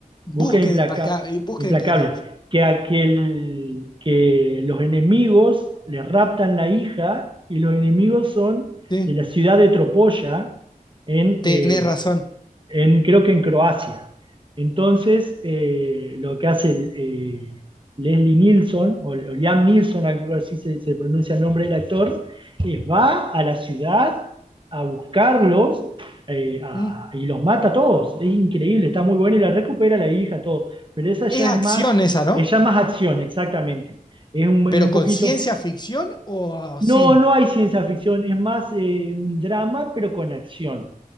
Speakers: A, on the right; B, on the left.
A: Búsqueda
B: Búsqueda
A: implaca-
B: implacable, eh, búsqueda
A: Implacable.
B: implacable.
A: Que, aquel, que los enemigos le raptan la hija y los enemigos son
B: Sí,
A: de la ciudad de Tropolla en,
B: tenés
A: eh,
B: razón.
A: en, creo que en Croacia. Entonces, eh, lo que hace el, eh, Leslie Nielsen o, o Liam Neeson, algo así se, se pronuncia el nombre del actor, es va a la ciudad a buscarlos eh, a-
B: ¿Mm?
A: y los mata a todos. Es increíble, está muy bueno y la recupera la hija, todo. Pero esa ya
B: Es acción
A: es más,
B: esa, ¿no?
A: es ya más acción,
B: Oh.
A: exactamente. Es un, un
B: Pero
A: poquito.
B: con ciencia ficción o ah,
A: No,
B: sin.
A: no hay ciencia ficción, es más eh, un drama, pero con acción.